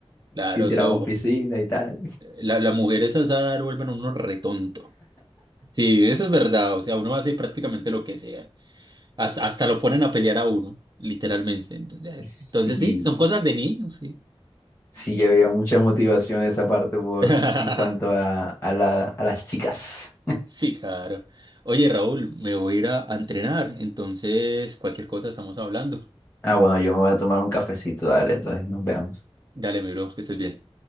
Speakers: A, on the right (about 40°); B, on the left (about 25°).
A: claro,
B: Y tiramos
A: se,
B: piscina y tal.
A: La, la mujer es asada, vuelven a uno retonto. Sí, eso es verdad. O sea, uno hace prácticamente lo que sea. Hasta, hasta lo ponen a pelear a uno, literalmente. Entonces, eh,
B: Sí,
A: entonces sí, son cosas de niños, sí.
B: sí, había mucha motivación de esa parte por
A: <laughs>
B: en cuanto a, a la- a las chicas.
A: Sí, claro. Oye, Raúl, me voy a ir a, a entrenar. Entonces, cualquier cosa estamos hablando.
B: Ah, bueno, yo me voy a tomar un cafecito, dale, entonces nos veamos.
A: Dale, mi bro, que estés bien.